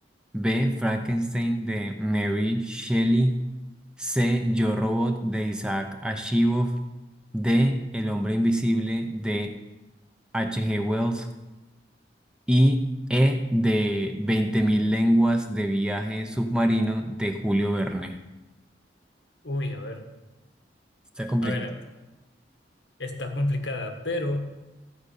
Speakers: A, in the centre; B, on the left (about 80°).
A: B. Frankenstein de Mary Shelley. C. Yo Robot de Isaac Asimov. D. El hombre invisible de H. G. Wells. Y E. De 20.000 lenguas de viaje submarino de Julio Verne.
B: Uy, a ver,
A: Está complicado.
B: a ver, a ver. Está complicada, pero